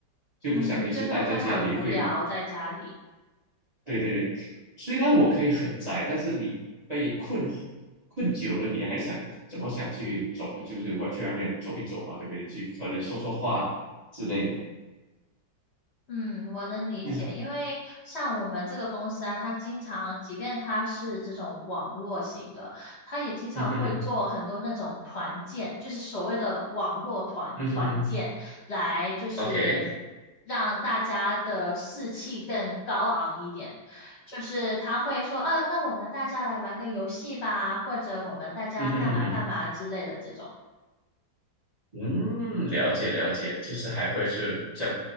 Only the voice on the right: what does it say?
就不想一直待在家里会。
对对对，虽然我可以很宅，但是你被困困久了，你还想怎么想去走，就是外去外面走一走嘛，对不对？去可能说说话之类的。
嗯
嗯哼哼，
嗯哼哼
，OK。
<laughs> 嗯哼哼哼，嗯，了解了解，就是还会是这样，